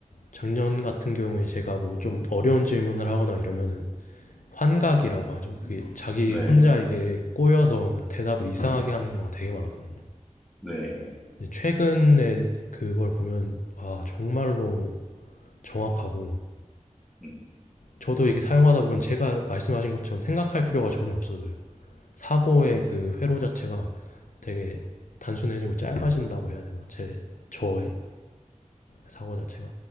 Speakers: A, on the left; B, in the centre.
A: 작년 같은 경우에 제가 뭐 좀 어려운 질문을 하거나 이러면은 환각이라고 하죠. 그게 자기
B: 네.
A: 혼자 이게 꼬여서 대답을 이상하게 하는 경우가 되게 많았거든요.
B: 네.
A: 근데 최근에 그걸 보면 아 정말로 정확하고
B: 네.
A: 저도 이게 사용하다 보면 제가 말씀하신 것처럼 생각할 필요가 전혀 없어져요. 사고의
B: 네.
A: 그 회로 자체가 되게 단순해지고 짧아진다고 해야 되나? 제 저의 사고 자체가